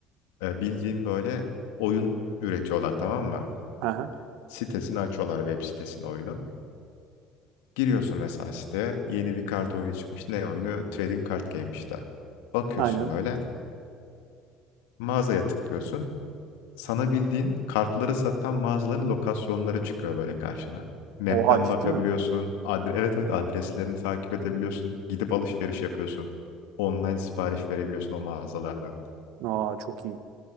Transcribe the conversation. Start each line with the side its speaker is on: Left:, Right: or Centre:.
Left: e, bildiğim böyle oyun üretiyorlar tamam mı?
Right: Hı hı,
Left: Sitesini açıyorlar web sitesini oyunun. Giriyorsun mesela siteye yeni bir kart oyunu çıkmış. Ne oyunu? Trading Card Game işte. Bakıyorsun
Right: Aynen.
Left: böyle mağazaya tıklıyorsun. Sana bildiğin kartları satan mağazaların lokasyonları çıkıyor böyle karşına. Map'ten
Right: Oha ciddi
Left: bakabiliyorsun.
Right: mi?
Left: Adre evet evet adreslerini takip edebiliyorsun. Gidip alışveriş yapıyorsun. Online sipariş verebiliyorsun o mağazalardan.
Right: Aa çok iyi.